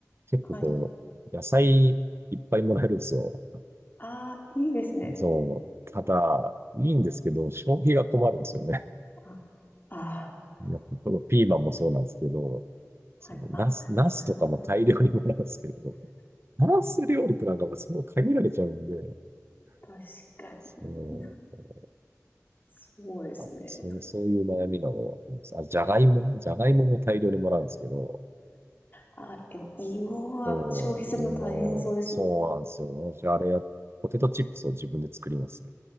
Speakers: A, on the right; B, on the left.
A: 結構こう、
B: はい。
A: 野菜いっぱいもらえるんですよ。
B: ああ、いいですね。
A: そう。ただ、いいんですけど、消費が困るんですよね。
B: あ、あ
A: <laughs> このピーマンもそうなんですけど、そのナス、
B: ーはい。あ、
A: ナスとかも大量にもらうんですけど、
B: なるほど。
A: フランス料理ってなんかもうそう限られちゃうんで、
B: 確か
A: そう、
B: にな。そうですね。
A: あ、そう、そういう悩みなの。あ、じゃがいもじゃがいもも大量にもらうんですけど、
B: あ、でも芋は消費するの大変そうですね。
A: そう、芋、そうなんですよ。私、あれや、ポテトチップスを自分で作りますね。